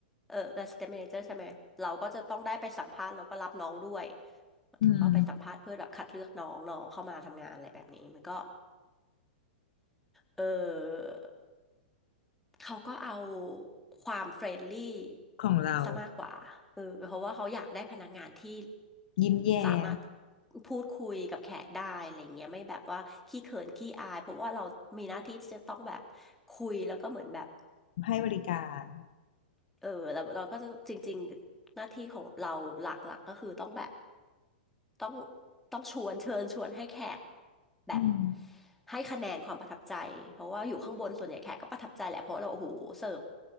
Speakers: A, in the centre; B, on the left (about 55°).
A: เออ assistant manager ใช่ไหมเราก็จะต้องได้ไปสัมภาษณ์แล้วก็รับน้องด้วยหมายถึงว่าไปสัมภาษณ์เพื่อแบบคัดเลือกน้องน้องเข้ามาทำงานอะไรแบบนี้มันก็
B: อืม
A: เออ เขาก็เอาความเฟรนลี่
B: ของเรา
A: ซะมากกว่าเออเพราะว่าเขาอยากได้พนักงานที่
B: ยิ้มแย้ม
A: สามารถพูดคุยกับแขกได้อะไรเงี้ยไม่แบบว่าขี้เขินขี้อายเพราะว่าเรามีหน้าที่ที่จะต้องแบบคุยแล้วก็เหมือนแบบ
B: ให้บริการ
A: เออเราเราก็จะจริงๆหน้าที่ของเราหลักๆก็คือต้องแบบ ต้องต้องชวนเชิญชวนให้แขกแบบ
B: อืม
A: ให้คะแนนความประทับใจเพราะว่าอยู่ข้างบนส่วนใหญ่แขกก็ประทับใจแหละเพราะเราโอ้โหเสิร์ฟ